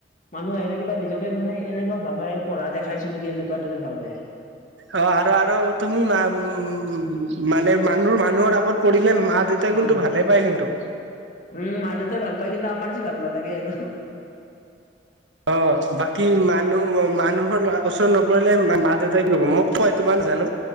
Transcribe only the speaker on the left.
মানুহ আহিলে কিবা নিজকে মানে এনেকুৱা ভাব আহে পঢ়া দেখাইছো নেকি এনেকুৱা দৰে ভাব আহে
হয়।
উম মা দেউতাই ভাল পায় কিন্তু আমাৰ যি ভাল নালাগে আৰু